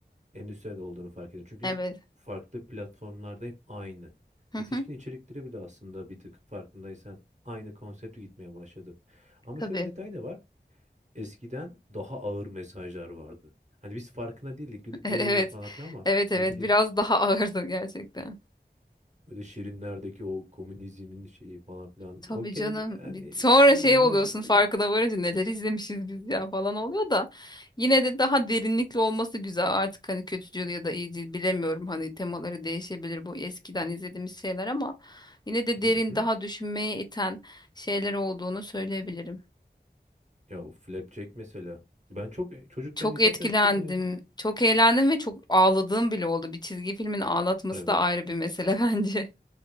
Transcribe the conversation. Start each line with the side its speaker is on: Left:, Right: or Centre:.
Right: endüstriyel olduğunu fark ediyor. Çünkü
Left: Evet.
Right: farklı platformlarda hep aynı.
Left: Hı hı.
Right: Yetişkin içerikleri bile aslında bir tık farkındaysan aynı konsepte gitmeye başladı. Ama
Left: Tabii.
Right: şöyle bir detay da var. Eskiden daha ağır mesajlar vardı. Hani biz farkına değildik, gülüp
Left: <laughs> Evet.
Right: eğleniyorduk falan filan ama
Left: Evet evet.
Right: ne bileyim
Left: Biraz daha ağırdı gerçekten.
Right: böyle şirinlerdeki o komünizmin şeyi falan filan.
Left: Tabii
Right: Okey
Left: canım.
Right: yani
Left: Bir- Sonra
Right: eğleniriz
Left: şey oluyorsun
Right: ama
Left: farkına varınca neler izlemişiz biz ya falan oluyor da yine de daha derinlikli olması güzel. Artık hani kötücül ya da iyicil bilemiyorum. Hani temaları değişebilir bu eskiden izlediğimiz şeyler ama yine de
Right: Hı
Left: derin
Right: hı.
Left: daha düşünmeye iten şeyler olduğunu söyleyebilirim.
Right: Ya o Flapjack mesela. Ben çok çocukken
Left: Çok
Right: izlerken
Left: etkilendim,
Right: çok eğlendim.
Left: çok eğlendim ve çok ağladığım bile oldu. Bir çizgi filmin ağlatması
Right: Evet.
Left: da ayrı bir mesele <laughs> bence.